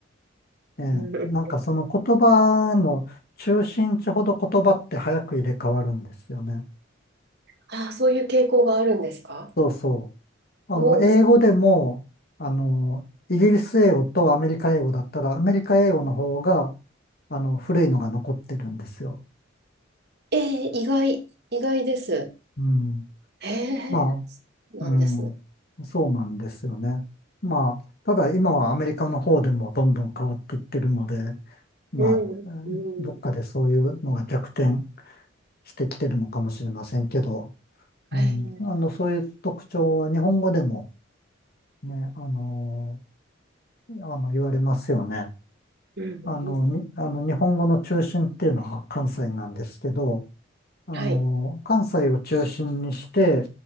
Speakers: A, on the left; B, on the right.
A: ええ、
B: うんうん
A: なんかその言葉の中心地ほど言葉って早く入れ替わるんですよね。
B: あ、そういう傾向があるんですか
A: そうそう。
B: おおー。
A: あの、英語でも、あの、イギリス英語とアメリカ英語だったら、アメリカ英語の方が、あの、古いのが残ってるんですよ。
B: ええ意外、意外です。
A: うん。
B: へえ、
A: ま
B: なんですね。
A: あ、うん。そうなんですよね。まあ、ただ今はアメリカの方でもどんどん変わっていってるので、まあ、
B: うんうん
A: うんどっかでそういうのが逆転してきてるのかもしれませんけど、
B: はい。
A: うん、
B: うん
A: あの、そういう特徴は日本語でもね、あの、あの言われますよね。
B: うんうん
A: あの、に、あの日本語の中心っていうのは関西なんですけど、あの、
B: はい。
A: 関西を中心にして、